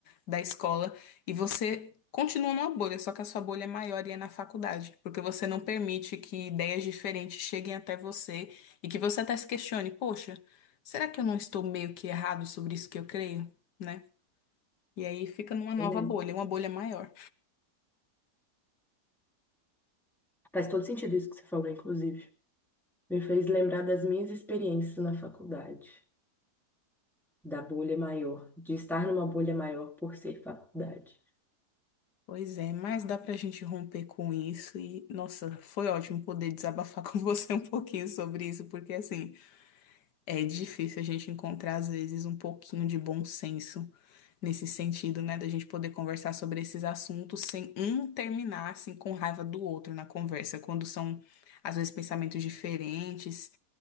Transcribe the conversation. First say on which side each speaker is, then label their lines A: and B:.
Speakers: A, on the left; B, in the centre.
A: da escola e você continua numa bolha, só que a sua bolha é maior e é na faculdade, porque você não permite que ideias diferentes cheguem até você e que você até se questione, poxa, será que eu não estou meio que errado sobre isso que eu creio, né? E aí fica numa nova
B: verdade.
A: bolha, uma bolha maior.
B: Faz todo sentido isso que você falou, inclusive. Me fez lembrar das minhas experiências na faculdade, da bolha maior, de estar numa bolha maior por ser faculdade.
A: Pois é, mas dá pra gente romper com isso e, nossa, foi ótimo poder desabafar <laughs> com você um pouquinho sobre isso, porque assim, é difícil a gente encontrar às vezes um pouquinho de bom senso nesse sentido, né, da gente poder conversar sobre esses assuntos sem um terminar assim com raiva do outro na conversa, quando são às vezes pensamentos diferentes